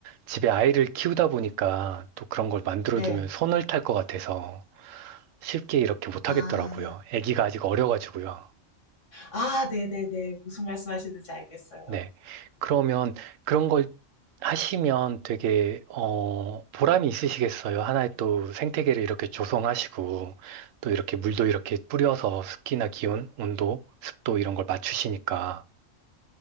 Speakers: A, on the right (about 85°); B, on the left (about 70°).
A: 집에 아이를 키우다 보니까 또 그런 걸 만들어두면
B: 네.
A: 손을 탈 것 같아서 쉽게 이렇게 못
B: 아.
A: 하겠더라고요. 아기가 아직 어려가지고요.
B: 아, 네네네. 무슨 말씀하시는지 알겠어요.
A: 네. 그러면 그런 걸 하시면 되게, 어, 보람이 있으시겠어요. 하나의 또 생태계를 이렇게 조성하시고, 또 이렇게 물도 이렇게 뿌려서 습기나 기온, 온도, 습도 이런 걸 맞추시니까.